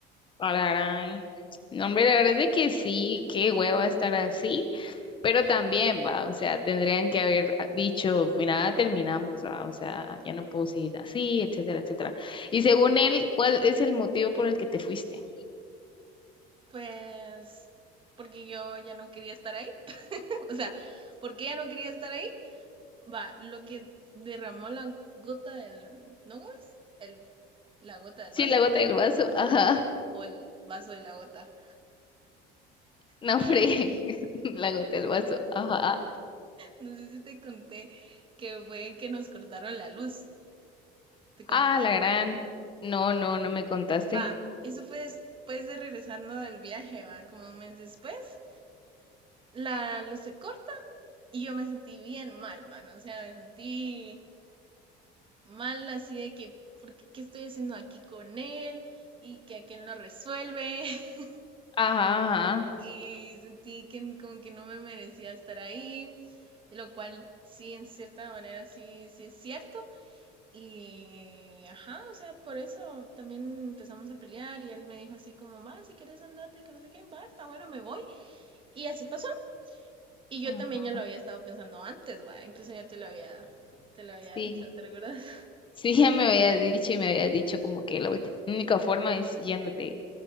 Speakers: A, on the left; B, on the right.
A: Ararán. No, hombre, la verdad es de que sí, qué hueva estar así. Pero también, va, o sea, tendrían que haber ah, dicho, mira, terminamos, va, o sea, ya no puedo seguir así, etcétera, etcétera. Y según él, ¿cuál es el motivo por el que te fuiste?
B: Pues porque yo ya no quería estar ahí <laughs> O sea, porque ella no quería estar ahí. Va, lo que derramó la gota del. ¿No Gómez? El, la gota del
A: Sí,
B: vaso.
A: la gota del vaso, ajá.
B: O el vaso de la gota.
A: No,
B: No,
A: hombre, <laughs> la gota del vaso, ajá.
B: no sé si te conté que fue que nos cortaron la luz. Te conté,
A: Ah,
B: no.
A: la gran. No, no, no me contaste.
B: Va, eso fue después de regresando del viaje, va, como un mes después. La luz se corta y yo me sentí bien mal, mano. O sea, me sentí mal así de que, ¿por qué, qué estoy haciendo aquí con él? Y que aquel no resuelve. <laughs>
A: Ajá, ajá.
B: y sentí que como que no me merecía estar ahí, y lo cual sí, en cierta manera sí, sí es cierto. Y ajá, o sea, por eso también empezamos a pelear y él me dijo así como, va, si quieres andarte, que no sé qué, va, está bueno, me voy. Y así pasó. Y yo
A: ajá.
B: también ya lo había estado pensando antes, va, incluso ya te lo había, te lo había
A: Sí,
B: dicho, ¿te recuerdas?
A: sí, ya me habías dicho y me habías dicho como que la ulti- única forma es yéndote